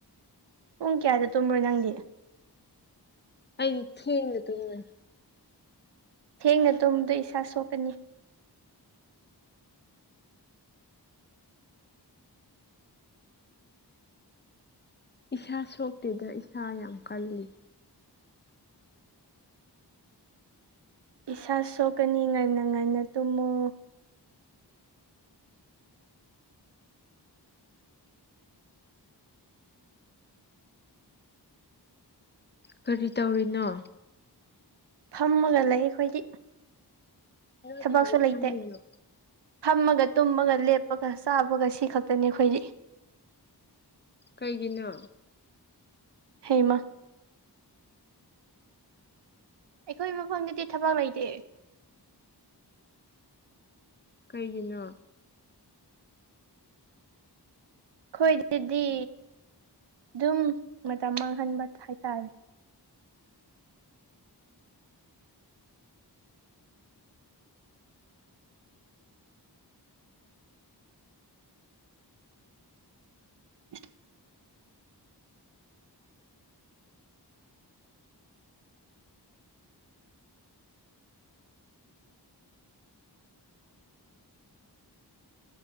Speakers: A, on the right (about 80°); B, on the left (about 25°).
A: ꯄꯨꯡ ꯀꯌꯥꯗ ꯇꯨꯝꯕ꯭ꯔꯣ ꯅꯪꯗꯤ
B: ꯑꯩꯗꯤ ꯊꯦꯡꯅꯦ ꯇꯨꯝꯃꯦ
A: ꯊꯦꯡꯅ ꯇꯨꯝꯕꯗꯣ ꯏꯁꯥ ꯁꯣꯛꯀꯅꯤ
B: ꯏꯁꯥ ꯁꯣꯛꯇꯦꯗ ꯏꯁꯥ ꯌꯥꯝ ꯀꯜꯂꯤ
A: ꯏꯁꯥ ꯁꯣꯛꯀꯅꯤ ꯉꯟꯅ ꯉꯟꯅ ꯇꯨꯝꯃꯨ
B: ꯀꯔꯤ ꯇꯧꯔꯤꯅꯣ
A: ꯐꯝꯃꯒ ꯂꯩ ꯑꯩꯈꯣꯏꯒꯤ
B: ꯅꯣꯏ
A: ꯊꯕꯛꯁꯨ
B: ꯀꯩꯒꯤ
A: ꯂꯩꯇꯦ
B: ꯐꯝꯃꯤꯅꯣ
A: ꯐꯝꯃꯒ ꯇꯨꯝꯃꯒ ꯂꯦꯞꯄꯒ ꯆꯥꯕꯒ ꯁꯤ ꯈꯛꯇꯅꯤ ꯑꯩꯈꯣꯏꯒꯤ
B: ꯀꯩꯒꯤꯅꯣ
A: ꯍꯦꯃ ꯑꯩꯈꯣꯏ ꯃꯐꯝꯗꯗꯤ ꯊꯕꯛ ꯂꯩꯇꯦ
B: ꯀꯩꯒꯤꯅꯣ
A: ꯑꯩꯈꯣꯏꯗꯗꯤ ꯑꯗꯨꯝ ꯃꯇꯝ ꯃꯥꯡꯍꯟꯕ ꯍꯥꯏꯇꯥꯔꯦ <unintelligible>